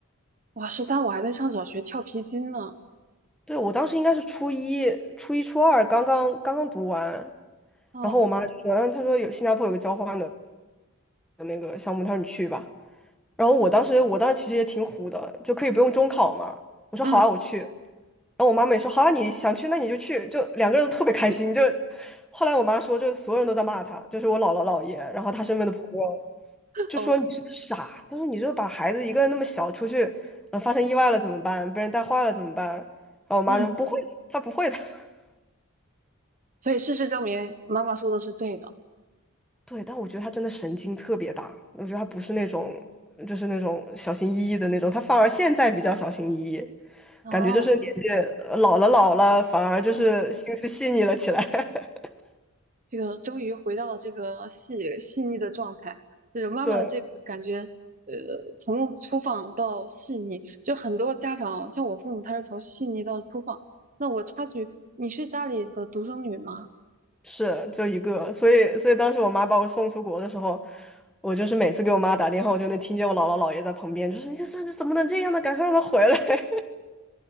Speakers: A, on the right (about 35°); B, in the centre.
A: 哇，十三，我还在上小学跳皮筋呢。
B: 对，我当时应该是初一、初一、初二，刚刚刚刚读完，
A: 哦，
B: 然后我妈就说，嗯，她说有新加坡有个交换的那个项目，她说你去吧。然后我当时，我当时其实也挺虎的，就可以不用中考嘛。我说好啊，
A: 嗯，
B: 我去。然后我妈妈也说好啊，你想去那你就去，就两个人都特别开心。就后来我妈说，就所有人都在骂她，就是我姥姥姥爷，然后她身边的朋友。就说你是不是傻？
A: 哦，
B: 他说你就把孩子一个人那么小出去，嗯、发生意外了怎么办？被人带坏了怎么办？然后我妈就不会的，
A: 嗯，
B: 她不会的。<laughs>
A: 所以事实证明，妈妈说的是对的。
B: 对，但我觉得她真的神经特别大，我觉得她不是那种就是那种小心翼翼的那种，她反而现在比较小心翼翼，
A: 啊，
B: 感觉就是年纪呃老了老了，反而就是心思细腻了起来。
A: 嗯
B: <laughs>
A: 这个终于回到了这个细细腻的状态，就是妈妈的这个感觉，
B: 对，
A: 呃，从粗放到细腻，就很多家长像我父母，他是从细腻到粗放。那我插句，你是家里的独生女吗？
B: 是就一个，所以所以当时我妈把我送出国的时候，我就是每次给我妈打电话，我就能听见我姥姥姥爷在旁边，就是你这孙子怎么能这样呢？赶快让他回来。<laughs>